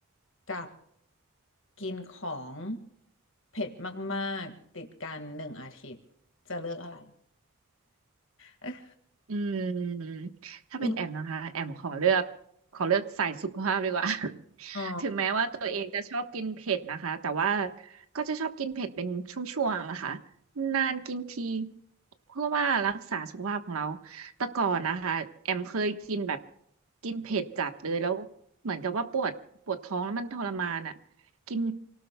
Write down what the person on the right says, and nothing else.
อืมถ้าเป็นแอมนะคะแอมขอเลือกขอเลือกสายสุขภาพดีกว่า
<laughs>
ถึงแม้ว่าตัวเองจะชอบกินเผ็ดนะคะแต่ว่าก็จะชอบกินเผ็ดเป็นช่วงๆนะคะนานกินทีเพื่อว่ารักษาสุขภาพของเราแต่ก่อนนะคะแอมเคยกินแบบกินเผ็ดจัดเลยแล้วเหมือนกับว่าปวดปวดท้องแล้วมันทรมานอ่ะ กิน